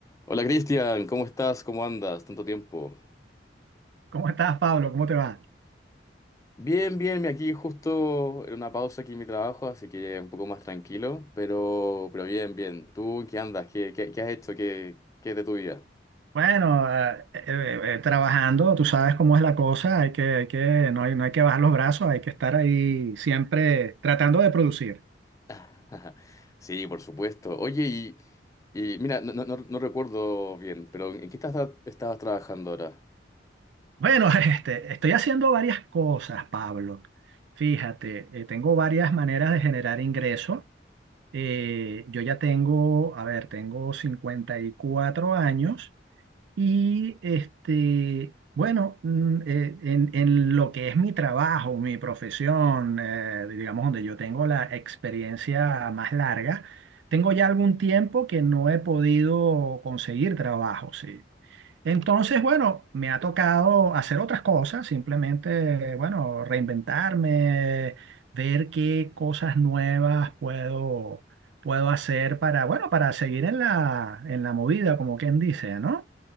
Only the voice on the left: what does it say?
Hola Cristian, ¿cómo estás? ¿Cómo andas? Tanto tiempo.
Bien, bien, aquí justo en una pausa aquí en mi trabajo, así que un poco más tranquilo, pero, pero bien, bien. ¿Tú en qué andas? ¿Qué, qué, qué has hecho? ¿Qué, qué es de tu vida?
<laughs> Sí, por supuesto. Oye, y, y mira, no, no, no no recuerdo bien, pero ¿en qué estás, estabas trabajando ahora?